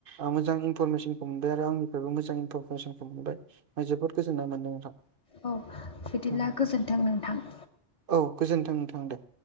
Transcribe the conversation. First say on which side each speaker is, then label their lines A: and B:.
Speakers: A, on the right (about 55°); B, on the left (about 30°).
A: आ मोजां इनफरमेसनखौ मोनबाय आरो आंनिफ्रायबो मोजां इनफरमेसनखौ मोनबाय आं जोबोद गोजोन्नाय मोनदों नोंथां
B: औ बिदिब्ला
A: औ
B: गोजोन्थों नोंथां
A: औ गोजोन्थोंनो नोंथां दे